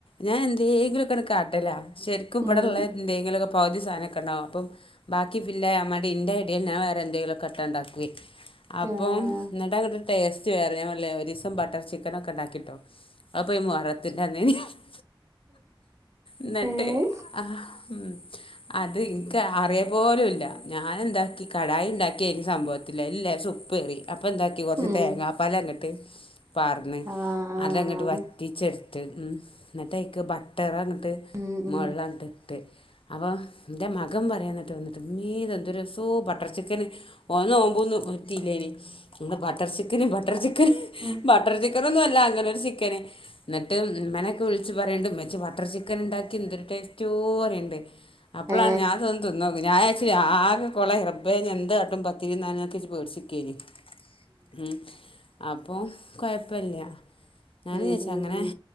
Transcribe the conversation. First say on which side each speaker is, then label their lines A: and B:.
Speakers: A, on the left (about 75°); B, on the right (about 30°).
A: ഞാൻ എന്തെങ്കിലും ത്തരെ ക്കാട്ടലാ ശരിക്കും ഇവിടെ
B: ഉം
A: ഇള്ള എന്തെങ്കിലൊക്കെ പകുതി സാനൊക്കെ ഇണ്ടാവും അപ്പോ ബാക്കി ഫില്ലായാൻ മേണ്ടി ഇന്റെ ഐഡിയൽ ഞാൻ വേറെ എന്തെങ്കിലൊക്കെട്ടാ ഇണ്ടാക്കുവേ. അപ്പം
B: ആഹ്
A: എന്നിട്ടങ്ങട്ട് ടേസ്റ്റ് വേറായ ഞാൻ പറഞ്ഞില്ലേ ഒരിസം ബട്ടർ ചിക്കനൊക്കെ ഇണ്ടാക്കിട്ടോ. അപ്പൊ ഈ മോറത്തിന്റെ <unintelligible> ന്നിട്ട്
B: ഏഹ്
A: ആഹ് ഉം. അത് ഇൻക്ക് അറിയ പോലുല്ല ഞാൻ എന്താക്കി കടായി ഇണ്ടാക് ക്കെയ്ന് സംഭവത്തില് അയ്ല് ലേശം ഉപ്പേറി അപ്പൊ എന്താക്കി കൊറച്ച്
B: ഉം
A: തേങ്ങാപ്പാല് അങ്ങട്ട് പാർന്ന്
B: ആഹ്
A: അതങ്ങട്ട് വറ്റ് റ്റിച്ചെടുത്ത് ഉം എന്നിട്ടയിക്ക് ബട്ടറങ്ങട്ട്
B: ഉം ഉം
A: മേളിലങ്ങട്ട് ഇട്ട്. അപോ ഇൻ്റെ മകൻ പറയന്നിട്ട് വന്നിട്ട് ഇമേ ഇതെന്തൊരു രസോ ബട്ടർ ചിക്കന്. ഓന് നോമ്പൊന്നും നോറ്റിലേനി ബട്ടർ ചിക്കന് ബട്ടർ ചിക്കന്
B: ഉം
A: ബട്ടർ ചിക്ക് ക്കനൊന്നും അല്ല അങ്ങനെ ഒരു ചിക്കന്. എന്നിട്ട് ഉമ്മനൊക്കെ വിളിച്ച് പറയ്ണ്ട്, ഉമ്മച്ചി ബട്ടർ ചിക്കൻ ഇണ്ടാക്കി എന്തൊരു ടേസ്റ്റോ പറയ്ണ്ട്. അപ്പോളാണ്
B: ഏ
A: ഞാൻ ഇതൊന്ന് തിന്നോക്. ഞാ ച്ച് ആകെ കൊളായി റബ്ബേ ഇഞ്ഞ് എന്താട്ടും. <unintelligible> പേടിച്ചിക്കേ നി. ഉം അപ്പൊ കൊയപ്പില്ല. ഞാൻ
B: ഉം
A: ചച്ചാ
B: ഉം
A: അങ്ങനെ